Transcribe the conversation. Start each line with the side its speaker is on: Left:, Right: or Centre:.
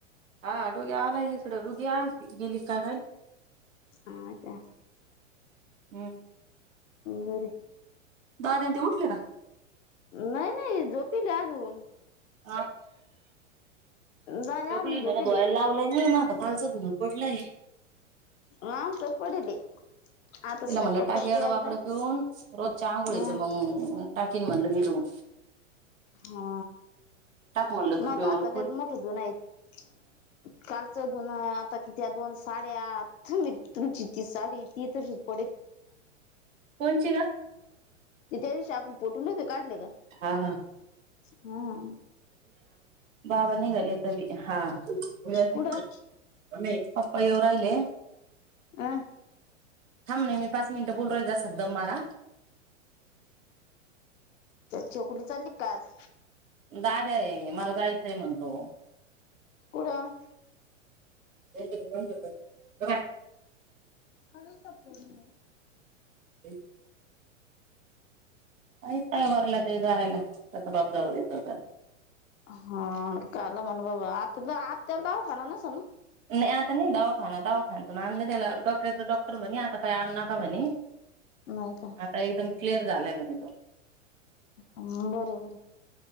Right: हा डुग्या आलाय इकडं. डुगी आलती, गेली का नाय?
Left: अ का.
Right: हम्म.
Left: बरं य.
Right: दाद्यांन ते उठले का?
Left: नाही नाही झोपीले अजून.
Right: अ
Left: दादा
Right: जोपलेली
Left: अजून झोपीले
Right: दुन धूवाय लावलनायी म -- कालचं धून पडलय.
Left: आमचं पडेले आता
Right: तिला
Left: स्वयंपाक
Right: म्हणलं टाक
Left: करते
Right: येडंवाकडं
Left: एकदा
Right: पिऊन रोजच्या आघोळीच
Left: ह
Right: मंग- टाकीन म्हणल मी धून.
Left: हा.
Right: म्हणलं
Left: म
Right: तू
Left: आता
Right: पिऊन
Left: आताल मोठं धुनाइत- - कालच धूनं आता त्या दोन साड्या तुम तुमची ती साडी ती तशी- -
Right: कोण ची गं?
Left: त त्या दिवशी आपण फोटू नवते काढले का?
Right: हा हा
Left: हम्.
Right: बाबा निघाले तरी हा. <unintelligible>
Left: कुठं
Right: आप्पा येवु राहिले
Left: अ
Right: थाम नाही मी पा मिनट बोल रहि जा सध मारा --
Left: चोकुली चालली का आज
Right: दादा्या आहे, मला जाायचं आहे म्हणतो
Left: कुठं?
Right: <unintelligible>
Left: खाली सपवली --
Right: एक काय वरला ते जायला, त्याचा बाप जाऊ देत होता.
Left: हा काल म्हण बाबा आत आत्याला दवाखाना नसलं ना?
Right: नाही आता नाही दवाखाना दवाखान्यातुन आणलं त्याला डॉ त्याचा डॉक्टर म्हणे आता काय आणु नका म्हणे
Left: नाही का
Right: आता एकदम क्लिअर झालाय म्हने तो.
Left: हम् बर बर.